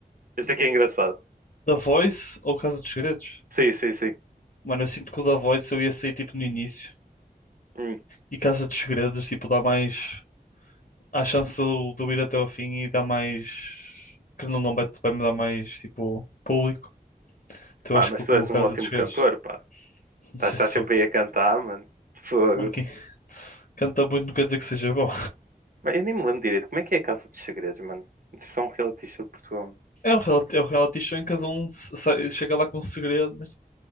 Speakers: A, on the right; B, on the left.
A: Este aqui é engraçado.
B: The Voice ou Casa dos Segredos?
A: Sim, sim, sim.
B: Mano, eu sinto que o The Voice eu ia sair tipo no início
A: Hum.
B: e Casa dos Segredos, tipo, dá mais. Há chance de eu de eu ir até ao fim e dá mais. Que não, não vai, vai me dar mais, tipo, público. Então
A: Mano,
B: eu acho que
A: mas
B: vou
A: tu
B: com
A: és
B: o Casa
A: um ótimo
B: dos Segredos.
A: cantor, pá.
B: Não
A: Estás,
B: sei
A: estás
B: se sou.
A: sempre aí a cantar, mano. Fogo.
B: Mano, quem canta muito não quer dizer que seja bom.
A: Mas eu nem me lembro direito. Como é que é a Casa dos Segredos, mano? Tipo, só um reality show de Portugal, mano.
B: É um reality, é um reality show em que cada um se- sai- chega lá com um segredo, mas tipo,